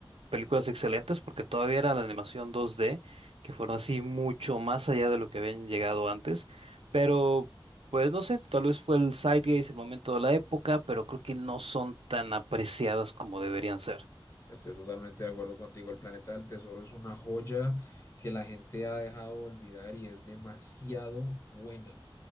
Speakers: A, on the right; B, on the left.
A: películas excelentes porque todavía era la animación 2D, que fueron así mucho más allá de lo que habían llegado antes. Pero, pues no sé, tal vez fue el zeitgeist, el momento de la época, pero creo que no son tan apreciadas como deberían ser.
B: Estoy totalmente de acuerdo contigo. El planeta del tesoro es una joya que la gente ha dejado de olvidar y es demasiado buena.